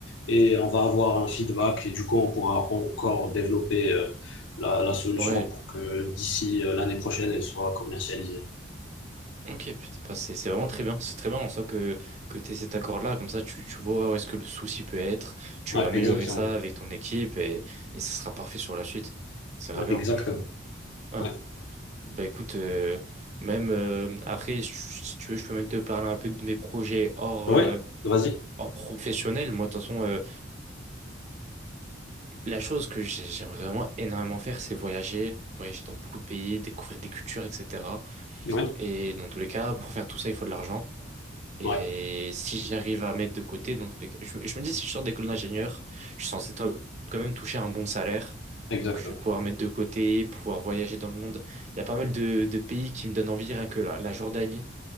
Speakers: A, on the left; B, on the right.
A: et on va avoir un feedback et du coup, on pourra encore développer euh, la, la solution
B: Ouais.
A: pour que d'ici euh, l'année prochaine, elle soit commercialisée.
B: Ok, putain, bah, c'est c'est vraiment très bien. C'est très bien en soi que, que tu aies cet accord-là. Comme ça, tu, tu vois où est-ce que le souci peut être. Tu
A: Ouais,
B: vas améliorer
A: exactement.
B: ça avec ton équipe et, et ça sera parfait sur la suite. Ça va
A: Ouais,
B: bien,
A: Exactement.
B: franchement. Ouais.
A: Ouais.
B: Bah écoute, euh, même euh, après, je- si tu veux, je peux même te parler un peu de mes projets hors,
A: Ouais,
B: euh,
A: vas-y.
B: hors professionnel. Moi, de toute façon, euh, la chose que j'ai- j'aimerais vraiment énormément faire, c'est voyager. Voyager dans beaucoup de pays, découvrir des cultures, etc.
A: Ouais.
B: Et dans tous les cas, pour faire tout ça, il faut de l'argent. Et
A: Ouais,
B: si j'arrive à mettre de côté, dans tous les cas, je, me je me dis, si je sors d'école d'ingénieur, je suis censé to- quand même toucher un bon salaire.
A: exactement.
B: Donc, je vais pouvoir mettre de côté, pouvoir voyager dans le monde. Il y a pas mal de, de pays qui me donnent envie, rien que la, la Jordanie,